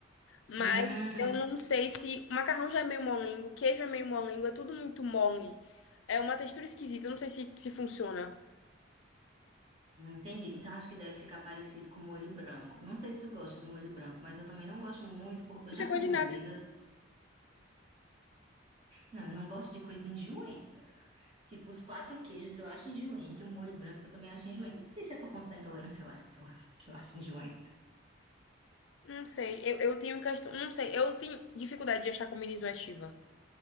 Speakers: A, on the left; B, on the right.
A: Mas
B: Hum.
A: eu não sei se. O macarrão já é meio molengo, o queijo é meio molengo, é tudo muito mole. É uma textura esquisita, eu não sei se, se funciona.
B: Hum, Entendi. Então acho que deve ficar parecido com molho branco. Não sei se tu gosta do molho branco, mas eu também não gosto muito. por- Eu
A: Não
B: já
A: tem gosto
B: comi
A: de
B: uma
A: nada.
B: vez. eu- Não, eu não gosto de coisa enjoenta. Tipo, os quatro queijos eu acho enjoento e o molho branco eu também acho enjoento. Eu Não sei se é por conta da intolerância à lactose <laughs> que eu acho enjoento.
A: Não sei, eu, eu tenho questão. Não sei, eu tenho dificuldade de achar comida enjoativa.